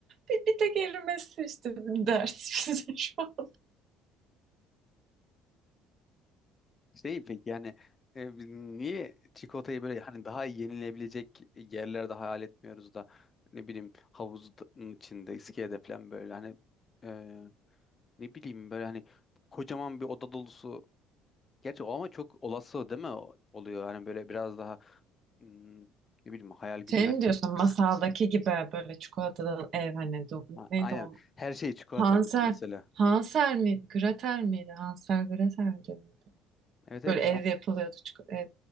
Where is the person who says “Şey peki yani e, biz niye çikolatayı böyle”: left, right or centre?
Left